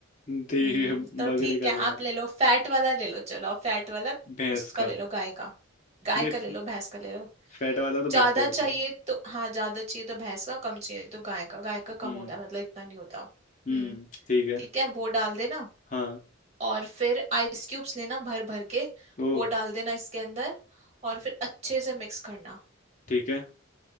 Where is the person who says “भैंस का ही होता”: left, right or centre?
Left